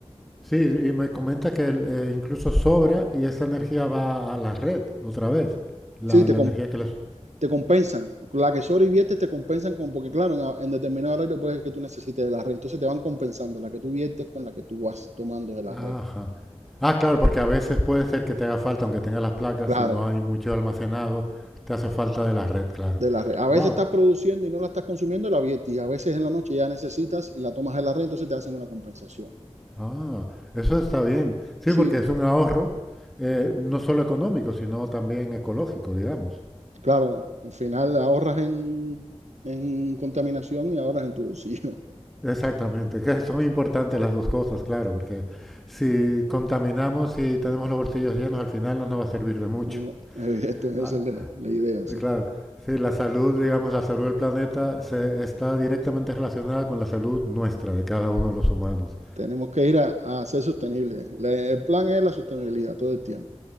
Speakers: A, in the centre; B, on the right.
A: sí, y me comenta que el- eh, incluso sobra y esa energía va a la red otra vez, la,
B: Sí, te,
A: la
B: com-
A: energía que les...
B: te compensan. La que sobreviertes te compensan con, porque claro, en, en determinado horario puede que tú necesites de la red. Entonces te van compensando la que tú viertes con la que tú vas tomando de la
A: Ajá.
B: red.
A: Ah, claro, porque a veces puede ser que te haga falta, aunque tengas las placas,
B: Claro,
A: si no hay mucho almacenado, te hace falta de la red, claro.
B: de la red. A veces
A: Wow.
B: estás produciendo y no la estás consumiendo, la viertes. Y a veces en la noche ya necesitas y la tomas de la red, entonces te hacen una compensación.
A: Ah, eso está bien. Sí,
B: Sí,
A: porque es un ahorro eh, no solo económico, sino también ecológico, digamos.
B: claro, al final ahorras en, en contaminación y ahorras en tu bolsillo. <laughs>
A: Exactamente, que son importantes las dos cosas, claro, porque si contaminamos y tenemos los bolsillos llenos, al final no nos va a servir de mucho.
B: No, no, evidente,
A: Ah,
B: esa es la, la idea, sí.
A: eh, claro, sí, la salud, digamos, la salud del planeta se está directamente relacionada con la salud nuestra, de cada uno de los humanos.
B: Tenemos que ir a, a ser sostenibles. La- el plan es la sostenibilidad todo el tiempo.